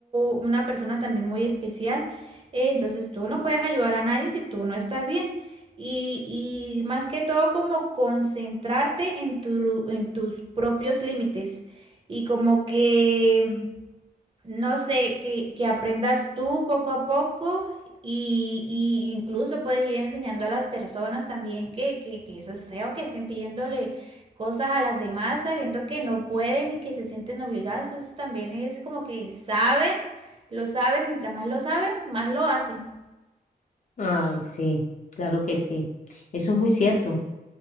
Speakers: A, on the right; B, on the left.
A: una persona también muy especial. Eh, Entonces tú no puedes ayudar a nadie si tú no estás bien. Y, y más que todo como concentrarte en tu, en tus propios límites. Y como que no sé, que, que aprendas tú poco a poco y, y incluso puedes ir enseñando a las personas también que, que, que eso es feo, que estén pidiéndole cosas a las demás sabiendo que no pueden y que se sienten obligadas. Eso también es como que saben, lo saben, mientras más lo saben, más lo hacen.
B: Ay, sí, claro que sí. Eso es muy cierto,